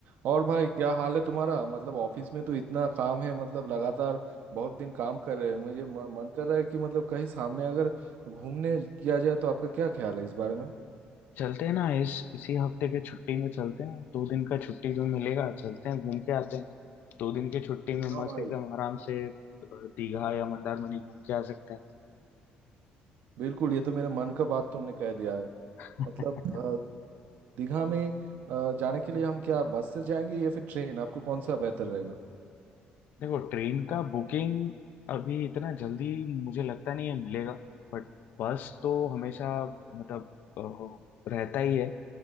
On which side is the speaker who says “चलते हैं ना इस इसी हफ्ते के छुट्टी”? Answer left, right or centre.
Left